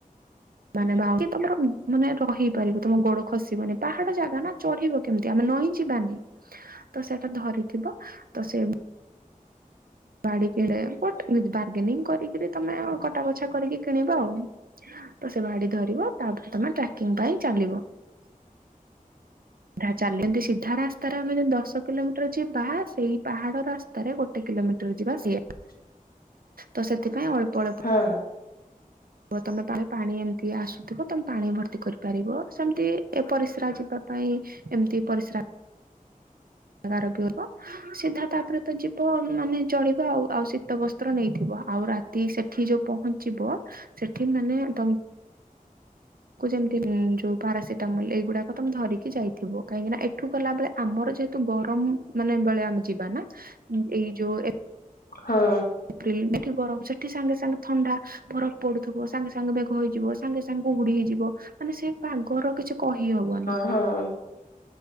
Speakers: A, on the right; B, on the left.
A: ମାନେ <unintelligible> ମାନେ ରହିପାରିବ ତମ ଗୋଡ ଖସିବନି ପାହାଡ ଜାଗା ନା ଚଢିବ କେମିତି ଆମେ ନଈଁ ଯିବାନି। ତ ସେଟା ଧରିଥିବ ତ ସେ ବାଡି କି ଟେ ବାର୍ଗେନିଂ କରିକିରି ତମେ କଟା ବଛା କରିକି କିଣିବ ଆଉ। ତ ସେ ବାଡି ଧରିବ ତାପରେ ତମେ ଟ୍ରାକିଂ ପାଇଁ ଚାଲିବ। ହେରା ଚାଲିଲ ଏନ୍ତି ସିଧା ରାସ୍ ରାରେ ଆମେ ଯଦି ଦଶ କିଲୋମିଟର ଯିବା ସେଇ ପାହାଡ ରାସ୍ତାରେ ଗୋଟେ କିଲୋମିଟର ଯିବା ସେଇଆ।
B: ହ
A: ତ ସେଥିପାଇଁ ଅଳ୍ପ ଅଳ୍ପ
B: ହଁ।
A: ଯିବ ତମେ ପା ପାଣି ଏମିତି ଆସୁଥିବ ତମେ ପାଣି ଭର୍ତ୍ତି କରିପାରିବ ସେମିତି ଏ ପରିସ୍ରା ଯିବା ପାଇଁ ଏମିତି ପରିଶ୍ରା <unintelligible> ସିଧା ତାପରେ ତ ଯିବ ମାନେ ଚଳିବ ଆଉ ଆଉ ଶୀତ ବସ୍ତ୍ର ନେଇଥିବ ଆଉ ରା ତି ସେଠି ଯୋଉ ପହଞ୍ଚିବ ସେଠି ମାନେ ତମ କୁଟଯେମିତି ଯୋଉ ପାରାସିଟାମଲ ଏଇଗୁଡାକ ତମେ ଧରିକି ଯାଇଥିବ କାହିଁକି ନା ଏଠୁ ଗଲା ବେଳେ ଆମର ଯେ ହେତୁ ଗରମ ମାନେ ବେଳେ ଆମେ ଯିବା ନା ଏଇ ଯୋଉ ଏ
B: ହଁ।
A: ଏପ୍ରିଲ ଏଠି ଗରମ ସେଠି ସାଙ୍ଗେ ସାଙ୍ଗେ ଥଣ୍ଡା ଫରଫ ପଡୁଥିବ ସାଙ୍ଗେ ସାଙ୍ଗେ ମେଘ ହେଇଯିବ ସାଙ୍ଗେ ସାଙ୍ଗେ କୁହୁଡି ହେଇଯିବ ମାନେ ସେ ପାଗର କିଛି କହିହବନି।
B: ହଁ